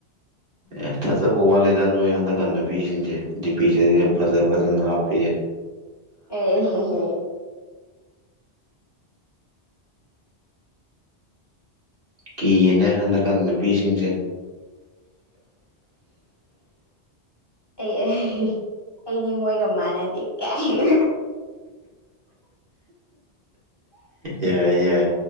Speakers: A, on the right; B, on the left.
A: ꯑꯦ ꯊꯥꯖꯕ ꯋꯥꯠꯂꯤꯦꯗ ꯅꯣꯏ ꯍꯟꯗꯛꯀꯥꯟ ꯅꯨꯄꯤꯁꯤꯡꯁꯦ ꯗꯤꯄꯤꯁꯤ ꯌꯥꯝ ꯐꯖ ꯐꯖꯅ ꯍꯥꯞꯄꯤꯌꯦ꯫
B: ꯑꯣ ꯍ ꯍ
A: ꯀꯤꯌꯦꯅꯦ ꯍꯟꯗꯛꯀꯥꯟ ꯅꯨꯄꯤꯁꯤꯡꯁꯦ <unintelligible>
B: ꯑꯩ ꯑꯩꯗꯤ ꯃꯣꯏꯒ ꯃꯥꯟꯅꯗꯦ ꯀꯥꯏꯅ
A: ꯌꯥꯏ ꯌꯥꯏ